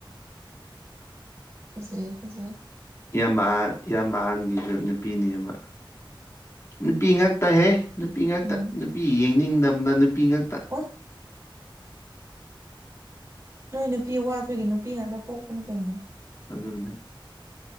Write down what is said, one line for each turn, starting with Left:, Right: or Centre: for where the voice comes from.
Right: ꯐꯖꯩ ꯐꯖꯩ
Left: ꯏꯌꯥꯝꯕ ꯏꯌꯥꯝꯕ ꯑꯍꯟꯒꯤꯁꯨ ꯅꯨꯄꯤꯅꯦꯕ ꯅꯨꯄꯤ ꯉꯥꯛꯇꯍꯦ ꯅꯨꯄꯤ ꯉꯥꯛꯇꯥ
Right: ꯎꯝ
Left: ꯅꯨꯄꯤ ꯌꯦꯡꯅꯤꯡꯗꯕꯅ ꯅꯨꯄꯤ ꯉꯥꯛꯇꯥ
Right: ꯋꯥ ꯅꯣꯏ ꯅꯨꯄꯤ ꯋꯥꯠꯄꯒꯤ ꯅꯨꯄꯤ ꯉꯥꯛꯇ ꯄꯣꯛꯄꯅꯤ ꯀꯩꯅꯣ
Left: ꯑꯗꯨ ꯑꯗꯨꯅꯦ